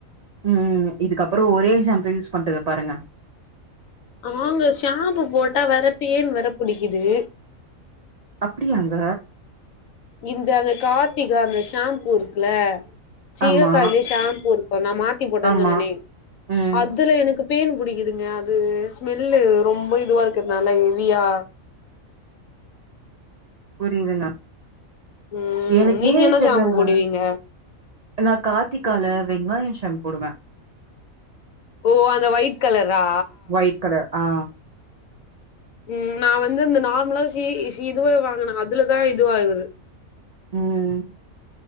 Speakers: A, on the right; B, on the left.
A: ம் இதுக்கப்றோ ஒரே ஷாம்ப யூஸ் பண்றத பாருங்க
B: ஆ ங்க ஷாம்பு போட்டா வேற பேன் வேற புடிக்குது
A: அப்டியாங்க
B: இந்த அந்த கார்த்திகா அந்த ஷாம்பூ இருக்குல சீயக்காலே
A: ஆமா,
B: ஷாம்பூ இருக்கு நா மாத்தி போட்டே
A: ஆமா.
B: சொன்னனே
A: ம்.
B: அதுல எனக்கு பேன் புடிக்குதுங்க அது ஸ்மெல்லு ரொம்ப இதுவா இருக்கறதுனால ஹெவியா
A: புரியுதுங்க
B: ம்
A: எனக்கு
B: நீங்க
A: ஏனே
B: என்ன
A: தெர்லங்க
B: ஷாம்பு போடுவீங்க?
A: நா கார்த்திகால வெங்காயோ ஷாம் போடுவே
B: ஓ அந்த ஒயிட் கலரா
A: ஒயிட் கலர் ஆ
B: ம் நா வந்து இந்த நார்மலா சீ சி இதுவே வாங்குனே அதுலதா இதுவாகுது
A: ம்